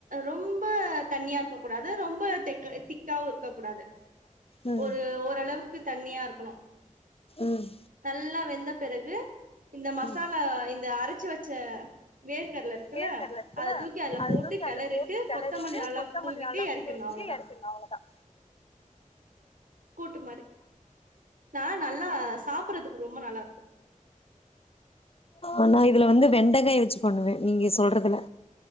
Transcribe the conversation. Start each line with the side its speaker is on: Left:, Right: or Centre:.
Right: ரொம்ப தண்ணியா இருக்க கூடாது ரொம்ப திக்காவு இருக்கக்கூடாது
Left: ம்
Right: ஒரு ஓரளவுக்கு தண்ணியா இருக்கணு
Left: ம்
Right: நல்லா வெந்த பிறகு இந்த மசாலா
Left: ம்
Right: இந்த அரைச்சு வச்ச வேர்க்கடல இருக்குல்ல
Left: வேர்க்கடலைக்குல
Right: அத தூக்கி அதுல
Left: அத
Right: போட்டு
Left: தூக்கி
Right: கெளறிட்டு
Left: அதுல போட்டு கிளரிட்டு
Right: கொத்தமல்லி நல்லா
Left: கொத்தமல்லி
Right: தூவிட்டு எறக்கிடணு
Left: தூவிட்டு
Right: அவ்ளோதா
Left: எறக்கிணும் அவ்வளோதான்
Right: ட்டு மாதிரி நான் நல்லா சாப்பறதுக்கு ரொம்ப நல்லா இருக்கும்
Left: ஆனா இதுல வந்து வெண்டைக்காய் வச்சு பண்ணுவேன் நீங்க சொல்றதுல